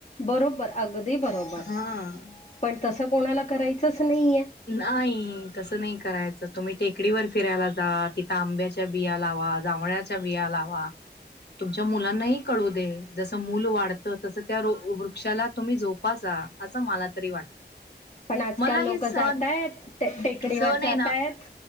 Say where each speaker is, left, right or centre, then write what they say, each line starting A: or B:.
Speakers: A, on the left; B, on the left.
A: बरोबर अगदी बरोबर
B: हा
A: पण तस कोणाला करायचंच.. नाहीये
B: नाही तसं नाही करायचं तुम्ही. टेकडीवर फिरायला जा तिथं आंब्याच्या बिया लावा जांभळाच्या बिया लावा तुमच्या मुलांनाही कळू दे जसं मूल वाढतं तसं त्या वृ वृक्षाला तुम्ही जोपासा असं मला तरी वाटतं.
A: पण आजकाल
B: मला
A: लोक
B: हे सण
A: जातय टे टेकडीवर
B: सण
A: जातयत
B: आहे ना